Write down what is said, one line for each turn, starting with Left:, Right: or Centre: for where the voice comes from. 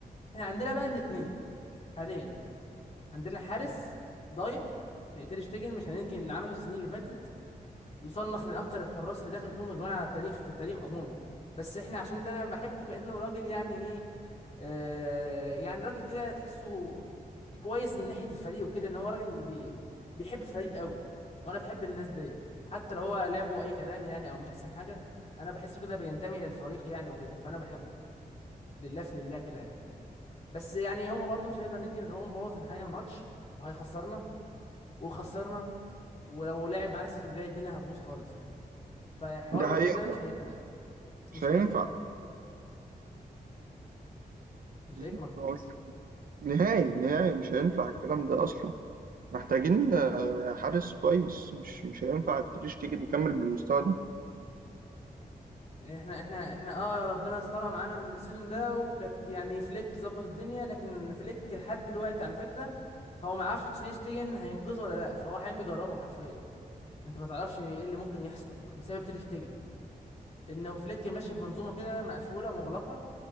Left: احنا عندنا بقى الاثنين حاليا عندنا حارس ضايع تير شتيجن مش هننكر اللي عمله السنين اللي فاتت يصنف من اكتر الحراس اللي داخل فيهم اجوان على التاريخ في التاريخ عموما بس احنا عشان انا بحبه كانه راجل يعني ايه آه، يعني راجل كده تحسه كويس من ناحية الفريق وكده ان هو راجل بي... بيحب الفريق قوي وانا بحب الناس دي حتى لو هو لعبه اي كلام يعني او مش احسن حاجة انا بحسه كده بينتمي للفريق يعني وكده فانا بحبه لله في لله كده يعني بس يعني هو برضه مش هنقدر ننكر ان هو مبوظ الحقيقة الماتش وهيخسرنا وخسرنا ولو لعب معانا السيزون الجاي الدنيا هتبوظ خالص يعني فالحوار
Right: ده
Left: الريمونتادا
Right: حقيقه
Left: ده مش هيكمل
Right: مش
Left: مش
Right: هينفع
Left: هيكمل مش
Right: بالظبط
Left: هيكمل خالص
Right: هو مش- نهائي نهائي مش هينفع الكلام ده اصلا محتاجين آه، حارس كويس مش مش هينفع تريش تيجي نكمل بالمستوى ده
Left: يعني احنا احنا احنا اه ربنا سترها معانا من السيزون ده وكانت يعني فليك ظبط الدنيا لكن فليك لحد دلوقتي على فكره هو ما عرفش تير شتيجن هينقذه ولا لا فهو حاليا بيجربه حرفيا انت ما تعرفش ايه اللي ممكن يحصل بسبب تير شتيجن لان هو فليك ماشي بمنظومه كده مقفوله مغلقه